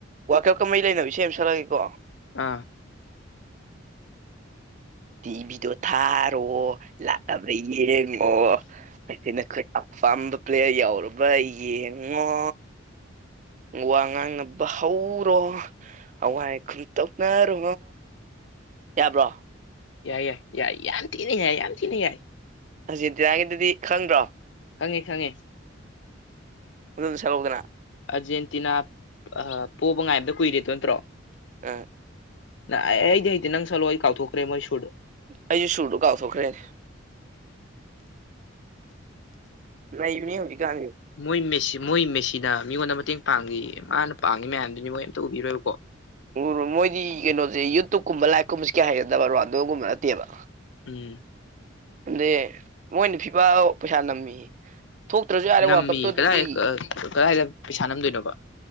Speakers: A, on the right (about 40°); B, on the left (about 65°).
A: ꯋꯥꯔꯜꯀꯞꯀ ꯃꯔꯤ ꯂꯩꯅꯕ ꯏꯁꯩ ꯑꯃ ꯥꯁꯛꯂꯛꯑꯒꯦꯀꯣ
B: ꯑꯥ
A: ꯇꯤꯚꯤꯗꯣ ꯊꯥꯔꯣ ꯂꯥꯛꯂꯕ꯭ꯔ ꯌꯦꯡꯉꯣ <unintelligible> ꯑꯩꯈꯣꯏꯅ ꯑꯄꯥꯥꯝꯕ ꯄ꯭ꯂꯦꯌꯔ ꯌꯥꯎꯔꯕ ꯌꯦꯡꯉꯣ ꯋꯥ ꯉꯥꯡꯅꯕ ꯍꯧ ꯔꯣ ꯑꯋꯥꯏ ꯑꯈꯨꯝꯈ ꯇꯧꯅꯔꯣ ꯌꯥꯕ꯭ꯔꯣ
B: ꯌꯥꯏ ꯌꯥꯏ ꯌꯥꯏ ꯌꯥꯝ ꯊꯤꯅꯤ ꯌꯥꯏ ꯌꯥꯝ ꯊꯤꯅ ꯌꯥꯏ
A: ꯑꯥꯔꯖꯦꯟꯇꯤꯅꯥꯒꯤꯗꯨꯗꯤ ꯈꯪꯗ꯭ꯔꯣ
B: ꯈꯪꯉꯦ ꯈꯪꯉꯦ
A: ꯑꯗꯨ ꯑꯝꯇꯥ ꯁꯛꯂꯛꯎꯗꯅꯥ
B: ꯑꯔꯖꯦꯟꯇꯤꯅꯥ ꯄꯣꯕ ꯉꯥꯏꯕꯗ ꯀꯨꯏꯔꯦꯗꯣ ꯅꯠꯇ꯭ꯔꯣ
A: ꯑꯥ
B: ꯅ ꯑꯩꯗꯤ ꯍꯩꯇꯦ ꯅꯪ ꯁꯛꯂꯛꯑꯣ ꯑꯩ ꯀꯥꯎꯊꯣꯛꯈ꯭ꯔꯦ ꯃꯣꯏ ꯁꯨꯔꯗꯣ
A: ꯑꯩꯁꯨ ꯁꯨꯔꯗꯣ ꯀꯥꯎꯊꯣꯛꯈ꯭ꯔꯦꯅꯦ ꯅꯩꯕꯅꯦ ꯍꯧꯖꯤꯛꯀꯥꯟꯖꯦ
B: ꯃꯣꯏ ꯃꯦꯁꯤ ꯃꯣꯏ ꯃꯦꯁꯤꯅ ꯃꯤꯉꯣꯟꯗ ꯃꯇꯦꯡ ꯄꯥꯡꯉꯤꯌꯦ ꯃꯥꯅ ꯄꯥꯡꯏ ꯃꯌꯥꯝꯗꯨꯗꯤ ꯃꯣꯏ ꯑꯝꯇ ꯎꯕꯤꯔꯣꯏꯕꯀꯣ
A: ꯎꯔꯣ ꯃꯣꯏꯗꯤ ꯀꯩꯅꯣꯖꯦ ꯌꯨꯇꯌꯨꯞꯕ ꯀꯨꯝꯕ ꯂꯥꯏꯚ ꯀꯨꯝꯁꯦ ꯀꯌꯥ ꯍꯩꯅꯗꯕ ꯔꯣꯅꯥꯜꯗꯣꯒꯨꯝꯕ ꯅꯠꯇꯦꯕ
B: ꯎꯝ
A: ꯑꯗꯩ ꯃꯣꯏꯅ ꯐꯤꯐꯥ ꯄꯩꯁꯥ ꯅꯝꯃꯦꯌꯦ ꯊꯣꯛꯇ꯭ꯔꯁꯨ ꯌꯥꯔꯦ
B: ꯅꯝꯃꯤ
A: ꯋꯥꯔꯜꯀꯞꯇꯣ ꯑꯗꯨꯗꯤ
B: ꯀꯗꯥꯏ ꯀꯗꯥꯏꯗ ꯄꯩꯁꯥ ꯅꯝꯗꯣꯏꯅꯣꯕ